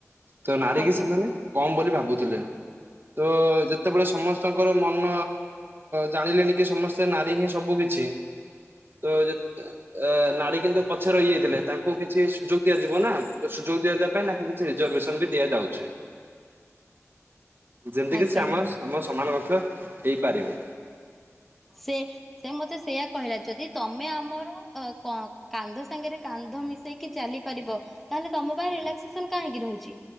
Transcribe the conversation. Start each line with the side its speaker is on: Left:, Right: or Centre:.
Right: ତ ନାରୀ
Centre: ଆଜ୍ଞା
Right: କି ସେମାନେ କମ ବୋଲି ଭାବ ଭାବୁଥିଲେ ତ ଯେତେବେଳେ ସମସ୍ତଙ୍କର ମନ ଜାଣିଲେଣି କି ସମସ୍ତେ ନାରୀ ହିଁ ସବୁ କିଛି ତ ଯେତେ ନାରୀ କିନ୍ତୁ ପଛରେ ରହିଯାଇଥିଲେ ତାଙ୍କୁ କିଛି ସୁଯୋଗ ଦିଆଯିବ ନା ସୁଯୋଗ ଦିଆଯିବା ପାଇଁ ତାଙ୍କୁ କିଛି ରିଜର୍ଭସନ୍ ବି ଦିଆଯାଉଛି ଯେମିତିକି
Centre: ଆଜ୍ଞା
Right: ସେ ଆମ
Centre: ଆଜ୍ଞା।
Right: ତମ ସମାନ କକ୍ଷ ହେଇପାରିବେ।
Centre: ସେ ସେ ମତେ ସେଇୟା କହିଲା ଯଦି ତମେ ଆମର କାନ୍ଧ ସାଙ୍ଗରେ କାନ୍ଧ ମିଶେଇକି ଚାଲି ପାରିବ ତାହେଲେ ତମ ପାଇଁ ରିଲାକ୍ସେସନ କାହିଁକି ରହିଛି